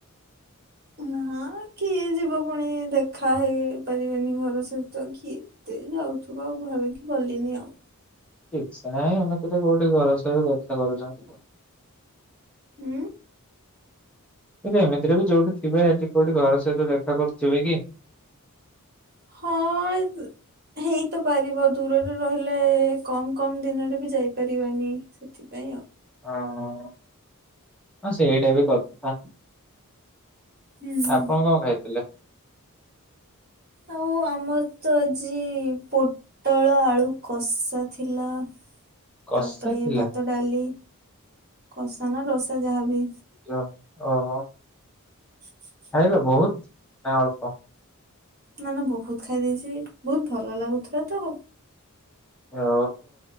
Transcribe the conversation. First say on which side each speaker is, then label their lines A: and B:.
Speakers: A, on the right (about 45°); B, in the centre.
A: ନା କିଏ ଯିବ ପୁଣି ଦେଖା ହେଇପାରିବେନି ଘର ସହିତ କିଏ ତେ ଯାଉଥୁବ ଭାବିକି ଗଲିନି ଆଉ।
B: ଇଚ୍ଛା ନାଇଁ ଏମିତିରେ କୋଉଠି ଘର ସହିଅ କଥା କରୁଚନ୍ତି।
A: ଉୁଁ।
B: ଏବେ ଏମିତିରେ ବି ଯୋଉଠି ଥିବେ ହେଠି କୋଉଠି ଘର ସହିତ ଦେଖା କରୁଥୁବେ କି?
A: ହଁ। ହେଇତ ପାରିବ ଦୂରରେ ରହିଲେ କମ୍ କମ୍ ଦିନରେ ବି ଯାଇପାରିବନି ସେ ଥିପାଇଁ ଆଉ।
B: ହଁ ହଁ ଅଁ ସେଇଟାବି କଥା।
A: ହୁଁ।
B: ଆପଣ କଁ ଖାଇତିଲେ?
A: ଆଉ ଆମର ତ ଆଜି ପୋ ଟଳ ଆଳୁ କଷା ଥିଲା।
B: କଷା
A: ତାପରେ
B: ଥିଲା
A: ଭାତ, ଡାଲି କଷା ନା ରସା ଯାହାବି।
B: ଯ ଓହୋ।
A: ହ <inaudible>
B: ଖାଇିଲ ବହୁତ ନା ଅଳ୍ପ।
A: ନା ନା ବହୁତ ଖାଇ ଦେଇଛି ବହୁତ ଭଲ ଲାଗୁଥିଲା ତ।
B: ଓ